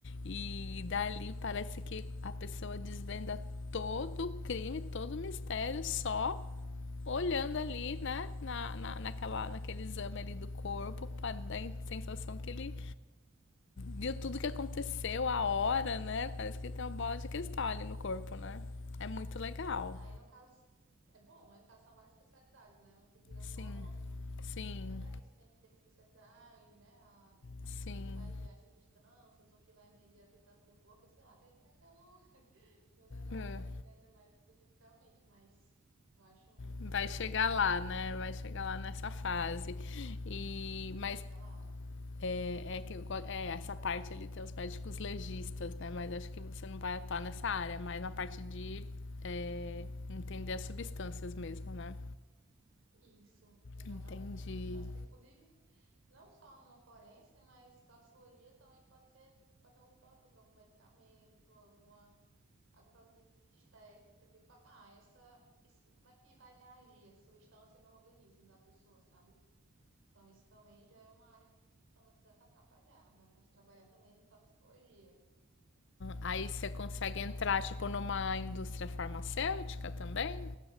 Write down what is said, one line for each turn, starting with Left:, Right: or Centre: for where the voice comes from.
Left: e dali parece que a pessoa desvenda todo o crime, todo o mistério, só olhando ali, né, na, na, naquela, naquele exame ali do corpo, para dar a sensação que ele viu tudo que aconteceu, a hora, né? Parece que tem uma bola de cristal ali no corpo, né? É muito legal.
Right: Aí, no caso, é bom, ele passa várias especialidades, né? Um que tira
Left: Sim,
Right: foto,
Left: sim,
Right: que até nisso tem que ter especialidade, né? A,
Left: sim.
Right: o que vai enviar as substâncias, o que vai medir a temperatura do corpo, sei lá. Tem, é que eu não, <laughs> não detalhei,
Left: É,
Right: eu estudei ainda mais especificamente, mas eu acho muito
Left: Vai
Right: incrível.
Left: chegar lá, né? Vai chegar lá nessa
Right: É,
Left: fase. E, mas
Right: vou chegar lá.
Left: é, é que eu go- é, essa parte ali tem os médicos legistas, né? Mas acho que você não vai atuar nessa área, mas na parte de é, entender as substâncias mesmo, né?
Right: Isso, exatamente,
Left: Entendi.
Right: essa substância. Inclusive, não só no forense, mas toxicologia também pode ser, tipo, pode ter algum produto, algum medicamento, alguma algum produto de estética, tipo, ah, essa, isso, como é que vai reagir essa substância no organismo da pessoa, sabe? Então, isso também já é uma área que também que dá para trabalhar, dá para trabalhar também em toxicologia.
Left: Aí você consegue
Right: É muito bom,
Left: entrar,
Right: assim, bem
Left: tipo,
Right: amplo.
Left: numa indústria farmacêutica também?